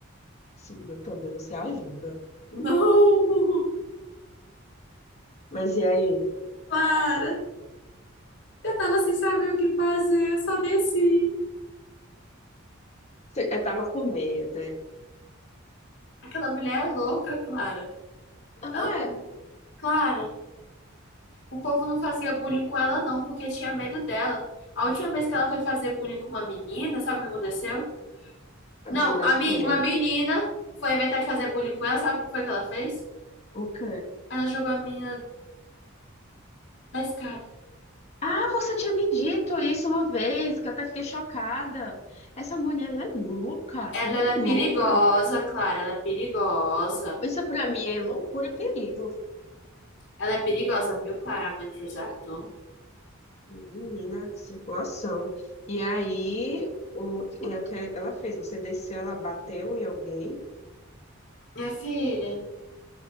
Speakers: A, on the left; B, on the left.
A: Sim, eu também, você ajuda.
B: Não,
A: Mas e aí?
B: Clara. Eu tava sem saber o que fazer, eu só desci.
A: Você- Eu tava com medo. né?
B: Aquela mulher é louca, Clara.
A: Ah,
B: Ah,
A: é.
B: Clara, o povo não fazia bullying com ela não, porque tinha medo dela. A última vez que ela foi fazer bullying com uma menina, sabe o que aconteceu? Não,
A: A menina
B: a
A: apanhou.
B: men- uma menina foi inventar de fazer bullying com ela, sabe o que foi que ela fez?
A: O quê?
B: Ela jogou a menina da escada.
A: Ah, você tinha me dito isso uma vez, que eu até fiquei chocada. Essa mulher, ela é louca,
B: Ela,
A: ela
B: ela
A: é
B: é perigosa,
A: louca.
B: Clara, ela é perigosa.
A: Isso pra mim é loucura e perigo.
B: Ela é perigosa, viu, Clara, a mãe de José Arthur?
A: Menina, que situação. E aí, o, e é o que ela fez? Você desceu, ela bateu em alguém?
B: Minha filha,